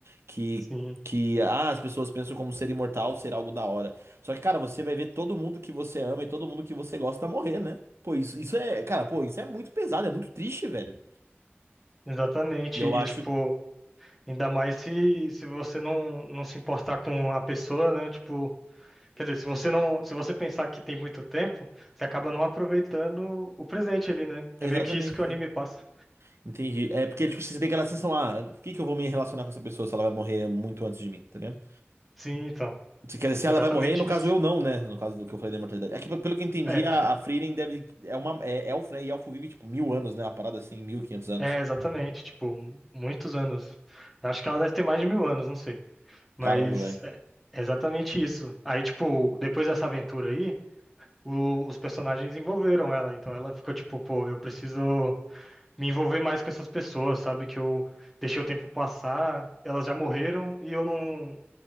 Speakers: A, on the right (about 80°); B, in the centre.
A: Que,
B: sim,
A: que ah, as pessoas pensam como ser imortal ser algo da hora. Só que, cara, você vai ver todo mundo que você ama e todo mundo que você gosta morrer, né? Pô, isso, isso é, cara, pô, isso é muito pesado, é muito triste, velho.
B: exatamente.
A: E eu
B: E
A: acho.
B: tipo Ainda mais se, se você não, não se importar com a pessoa, né? Tipo, quer dizer, se você não, se você pensar que tem muito tempo, você acaba não aproveitando o presente ali, né? É
A: Exatamente.
B: meio que isso que o anime
A: é.
B: passa.
A: Entendi. É porque, tipo, você tem aquela sensação, ah, por que que eu vou me relacionar com essa pessoa se ela vai morrer muito antes de mim, tá ligado?
B: Sim, então,
A: Se, quer dizer, se
B: exatamente
A: ela vai morrer, no caso
B: isso.
A: eu não, né? No caso do que eu falei da imortalidade. É que, pelo que eu entendi,
B: É,
A: a, a Frieren deve. É uma é elfo, né? E elfo vive, tipo, mil anos, né? Uma parada assim, mil e quinhentos anos.
B: é exatamente, tipo, muitos anos. Eu Acho que ela deve ter mais de mil anos, não sei. Mas
A: Caramba, velho.
B: é é exatamente isso. Aí, tipo, depois dessa aventura aí, o- os personagens envolveram ela. Então ela ficou tipo, pô, eu preciso. me envolver mais com essas pessoas, sabe? Que eu deixei o tempo passar, elas já morreram e eu não,